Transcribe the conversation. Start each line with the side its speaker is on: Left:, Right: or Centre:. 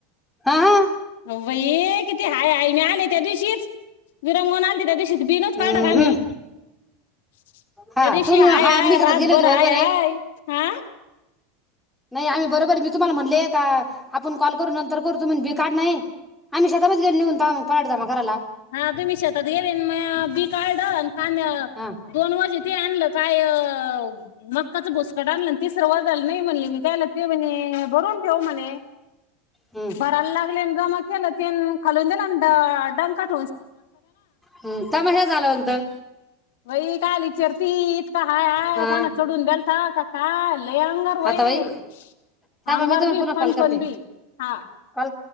Centre: हा हा
Left: बाई किती हाय हाय ने आले त्या दिशीच विरंगुन आलते त्या दिशीच बीनच
Centre: हम्म
Left: काड का
Centre: हम्म
Left: आम्ही त्या
Centre: हा
Left: दिशीच
Centre: तुम्ही
Left: हाय
Centre: हा
Left: हाय
Centre: मी शेतात
Left: रातभर
Centre: गेले होते बरोबर
Left: हाय
Centre: आहे
Left: हाय आ
Centre: नाही आम्ही बरोबर मी तुम्हाला म्हणले का? आपण कॉल करू नंतर करतो म्हणून बी काढणं ये आम्ही शेतामध्ये निघून तवा मंग <inaudible> जमा करायला
Left: हा तुम्ही शेतात गेले मया बी काड आन
Centre: हा
Left: दोन वजे ते आणलं काय मकांच भुस्काट आणल अन तिसरं वझाल नाई म्हणले मी त्यांला ते म्हणे झोडुन ठेव म्हणे
Centre: हम्म
Left: भराला लागले न जमा केलत तेनं खालून देन अन डान काढ
Centre: हं थांबा हे झाल्या नंतर
Left: व्हय काआला इचारतीत तिथ हाय हाय
Centre: हा
Left: कोन चढून देलता काल लई अंगावर व्हये
Centre: आता बाई थांबा
Left: अंगावर
Centre: मी तुम्हाला
Left: बी
Centre: पुन्हा
Left: फणफण
Centre: कॉल करते
Left: बी हां
Centre: कॉल